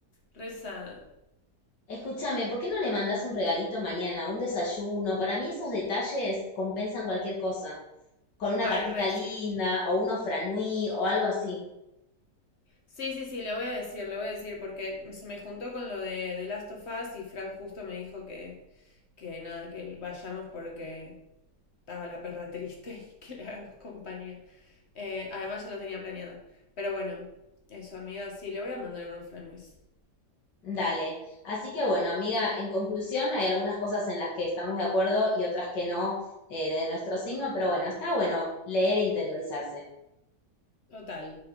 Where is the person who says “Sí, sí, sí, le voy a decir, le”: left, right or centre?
Left